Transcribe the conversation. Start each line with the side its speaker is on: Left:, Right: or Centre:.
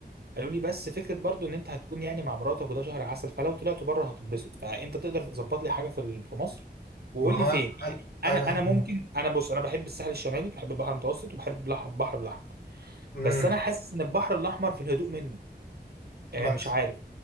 Right: قالوا لي بس فكره برضو ان انت هتكون يعني مع مراتك وده شهر عسل فلو طلعتوا بره هتتبسط فانت تقدر تظبط لي حاجه في ال- في مصر وقول
Left: ما هو
Right: لي فين يعني
Left: انا
Right: انا انا
Left: أنا-
Right: ممكن انا بص انا بحب الساحل الشمالي بحب البحر المتوسط وبحب البحر البحر الاحمر
Left: مم.
Right: بس انا حاسس ان البحر الاحمر في الهدوء منه آه
Left: ما
Right: مش عارف